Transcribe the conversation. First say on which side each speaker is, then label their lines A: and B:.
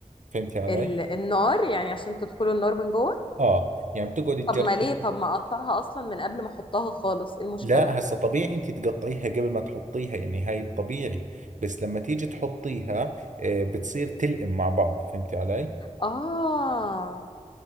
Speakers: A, on the right; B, on the left.
A: فهمتي علي؟
B: ال... النار يعني عشان تدخلوا النار من جوه
A: اه يعني بتقعدي تجرحيه
B: طب ما ليه طب ما أقطعها أصلا من قبل ما أحطها خالص إيه المشكلة
A: لا هسه طبيعي انت تقطعيها قبل ما تحطيها يعني هاي الطبيعي بس لما تيجي تحطيها آه، بتصير تلئم مع بعض فهمتي علي
B: آه